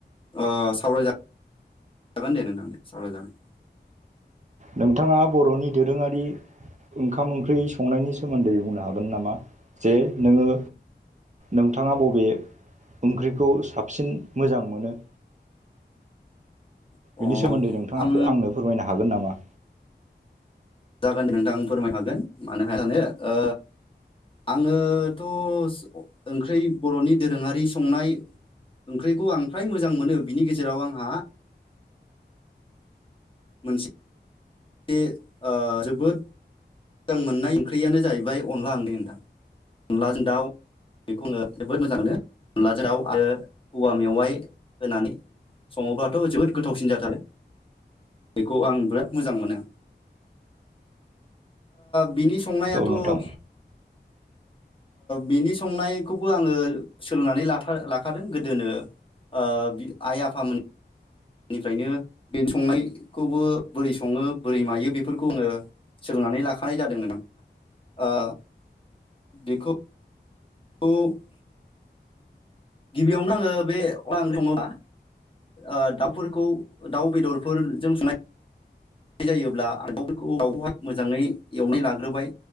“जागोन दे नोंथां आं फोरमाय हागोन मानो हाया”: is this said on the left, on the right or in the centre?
Left